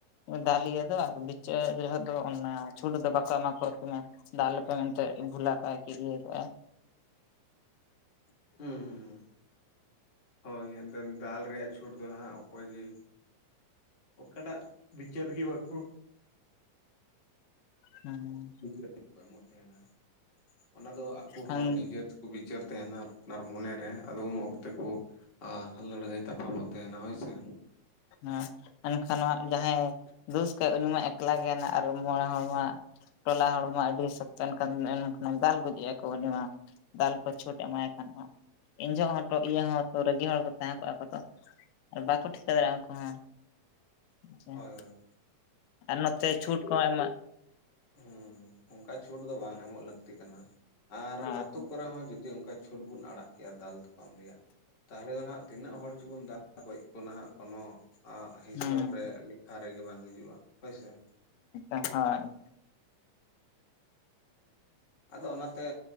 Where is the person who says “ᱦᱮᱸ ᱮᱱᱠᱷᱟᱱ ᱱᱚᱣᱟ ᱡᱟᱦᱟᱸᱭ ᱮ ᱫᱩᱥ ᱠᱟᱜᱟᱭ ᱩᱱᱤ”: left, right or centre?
Left